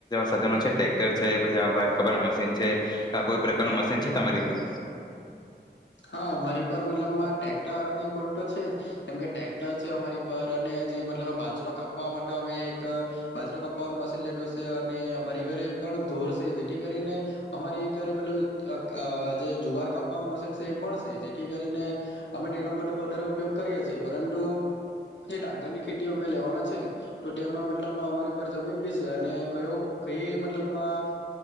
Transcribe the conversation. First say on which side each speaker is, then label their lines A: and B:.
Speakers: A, on the left (about 25°); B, on the left (about 85°).
A: સાધનો છે, ટક્ટર છે, પછટ કપ મશીન છે, કોઈ પ્રકાર ન મશીન છે તમારી પર?
B: હા અમારી પર મતલબ ટ્રેક્ટર ને બધુ તો છે જ જેમ કે ટ્રેક્ટર છે અમારી પર અને જે મતલબ બાજરો કાપવા માટે અમે એક બાજરો કાપવાનું મશીન લીધું છે અને અમારી ઘરે પણ ધોરશે જેથી કરીને અમારી ઘરે પેલું જે જુવાર કાપવાનું મશીન એ પણ છે. જેથી કરીને અમે તેનો બધો વધારે ઉપયોગ કરીએ છીએ પરંતુ જે ડાંગર ની ખેતી અમે લેવાના છે તો તેમાં મતલબ અમારી પર જમીન બી છે અને કયો કઈ મતલબમાં